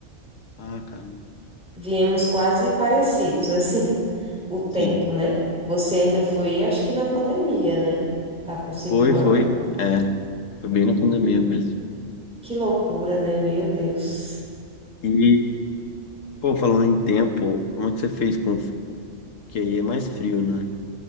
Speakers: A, on the left (about 75°); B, in the centre.
A: Ah, caramba.
B: Viemos quase parecidos, assim, <laughs> o tempo,
A: Sim.
B: né? Você ainda foi, acho que na pandemia, né? Tá com cinco
A: Foi,
B: anos?
A: foi. É. Foi bem na pandemia mesmo.
B: Que loucura, né? Meu Deus.
A: E, pô, falando em tempo, como é que você fez com. Que aí é mais frio, né?